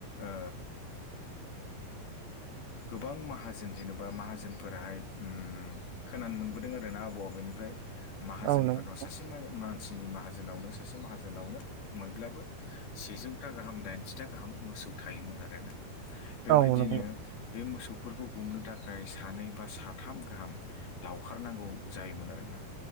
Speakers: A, on the left (about 80°); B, on the right (about 80°).
A: ओ। गोबां माहाजोन जेनेबा माहाजोनफोराहाय उम खोनानो मोनबोदों आर ना आबौ आबौनिफ्राय माहाजोनफोरनाव
B: औ नंगौ
A: सासे मानसिनि माहोनावनो सासे माहाजोनावनो खमैब्लाबो सेजौथा गाम दाइनिथा गाहाम मोसौ थायोमोन आरोना बेबायदिनो
B: औ नंगौ
A: बे मोसौफोरखौ गुमनो थाखाय सानै बा साथाम गाहाम लावखारनांगौ जायोमोन आरोना